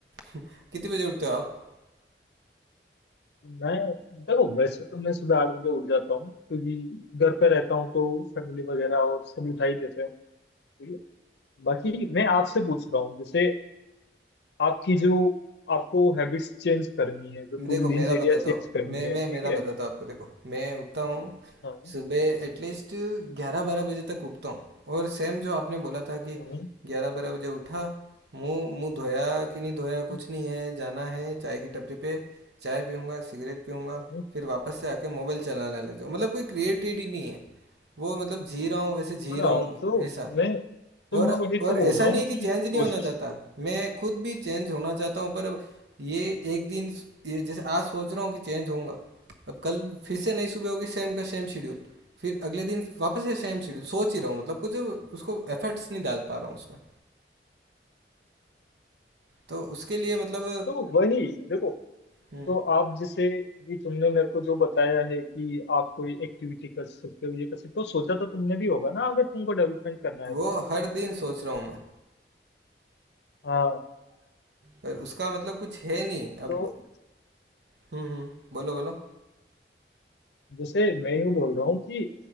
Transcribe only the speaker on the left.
मैं देखो वैसे तो मैं सुबह आठ बजे उठ जाता हूँ क्योंकि घर पे रहता हूँ तो फैमिली वगैरह और सब उठा ही देते हैं ठीक है बाकी मैं आपसे पूछ रहा हूँ जैसे आपकी जो आपको हैबिट्स चेंज करनी है जो पूरी
दिनचर्या
चेंज
करनी
है
ठीक
है
हाँ
हाँ
हाँ
हाँ,
हाँ
तो
मैं तो मैं
वही
तो बोल
रहा
हूँ
कि
कोशिश
तो
तो वही देखो
तो आप जैसे अभी तुमने मेरे को जो बताया है कि आप कोई एक्टिविटी कर सकते हो ये कर सकते हो तो सोचा तो तुमने भी होगा ना अगर तुमको डेवलपमेंट करना है
तो
हाँ
तो
जैसे मैं यूं बोल रहा हूँ कि